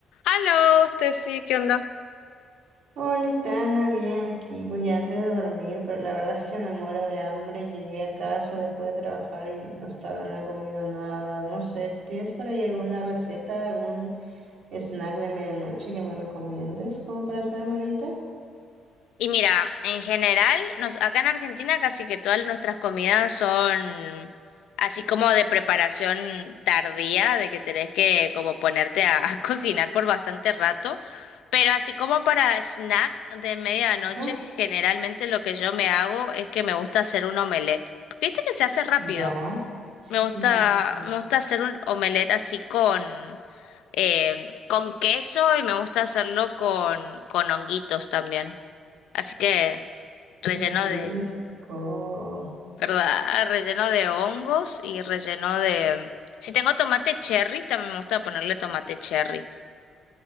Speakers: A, on the left (about 80°); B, on the right (about 75°).
A: Aló, Steffi, ¿qué onda?
B: Hola, Tana, bien aquí. Pues ya antes de dormir, pero la verdad es que me muero de hambre. Llegué a casa después de trabajar y hasta ahora no he comido nada. No sé, ¿tienes por ahí alguna receta, algún snack de medianoche que me recomiendes como para hacerme ahorita?
A: Y mira, en general, nos, acá en Argentina casi que todas nuestras comidas son así como de preparación tardía, de que tenés que como ponerte a, <laughs> a cocinar por bastante rato, pero así como para snack de medianoche,
B: Ajá.
A: generalmente lo que yo me hago es que me gusta hacer un omelette, porque viste que se hace rápido.
B: Ya. Sí,
A: Me gusta,
B: sí, sí, sí. sí.
A: me gusta hacer un omelette así con, eh, con queso y me gusta hacerlo con, con honguitos también. Así que relleno
B: Qué rico.
A: de, ¿verdad? <laughs> Relleno de hongos y relleno de... Si tengo tomate cherry, también me gusta ponerle tomate cherry.